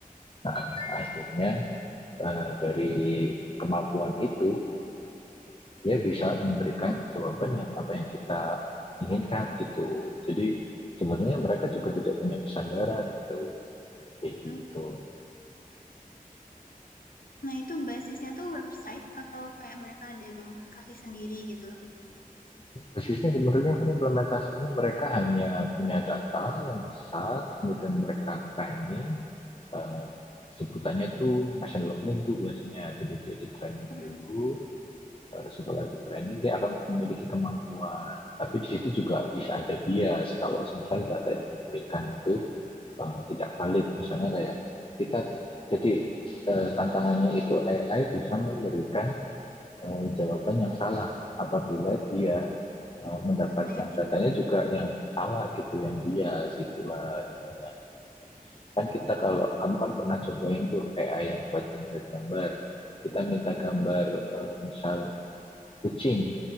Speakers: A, on the left; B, on the left.
A: Nah, akhirnya eh, dari kemampuan itu dia bisa memberikan jawaban yang apa yang kita inginkan gitu. Jadi sebenarnya mereka juga tidak punya kesadaran gitu kayak gitu.
B: hmm. Nah itu basisnya tuh website atau kayak mereka ada emang aplikasi sendiri gitu loh.
A: Basisnya sebenarnya kan implementasinya mereka hanya punya data yang besar, kemudian mereka training, uh, sebutannya tuh machine learning tuh biasanya jadi dia di training
B: Hmm,
A: dulu uh, setelah di training dia akan memiliki kemampuan tapi di situ juga bisa ada bias kalau misalnya data yang diberikan itu uh, tidak valid misalnya kayak kita jadi uh, tantangannya itu AI bisa memberikan uh, jawaban yang salah apabila dia uh, mendapatkan
B: data yang kita,
A: datanya juga yang salah gitu yang bias itulah misalnya Kan kita kalau kamu kan pernah cobain tuh AI yang buat generate gambar. Kita minta gambar eh, misal kucing,